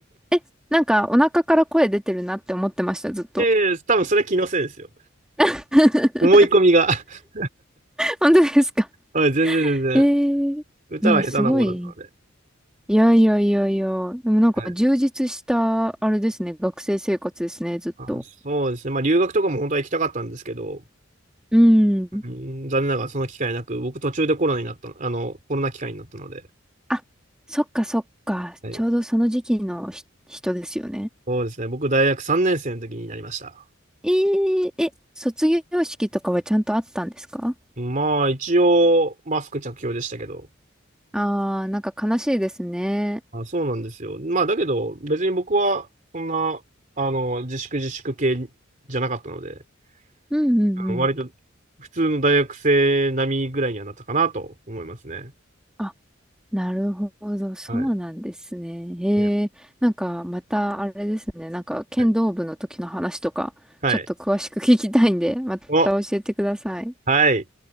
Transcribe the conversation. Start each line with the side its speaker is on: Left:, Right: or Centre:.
Centre: え、なんかお腹から声出てるなって思ってました、
Right: <laughs>
Centre: ずっと。
Right: ええ多分それは気のせいですよ。
Centre: <laughs>
Right: 思い込みが。<laughs>
Centre: 本当ですか
Right: はい、全然全然。
Centre: <laughs> ええじゃあすごい。
Right: 歌は下手な方だったので。
Centre: いやいやいやいや。でもなんか充実した、
Right: はい。
Centre: あれですね。学生生活ですね、ずっと。
Right: あ、そうですね。まあ、留学とかも本当は行きたかったんですけど、
Centre: うん。
Right: うん、残念ながらその機会なく、僕途中でコロナになったあの、コロナ機会になったので、
Centre: あ、そっかそっか。
Right: はい
Centre: ちょうどその時期のひ人ですよね。
Right: そうですね。僕、大学3年生の時になりました。
Centre: えー、え、卒業式とかはちゃんとあったんですか
Right: まあ、一応、マスク着用でしたけど。
Centre: あー、なんか悲しいですね。
Right: あ、そうなんですよ。まあ、だけど、別に僕は、そんな、あの、自粛自粛系じゃなかったので、
Centre: うんうんうん。
Right: あの割と、普通の大学生並みぐらいにはなったかなと思いますね。
Centre: あ、なるほど。そうなんですね。
Right: はい。
Centre: へえ。
Right: いや
Centre: なんかまたあれですね。なんか剣道部の時の話とか、
Right: はい。はい。
Centre: ちょっと詳しく聞きたいんで、また教えてください。
Right: お、はい。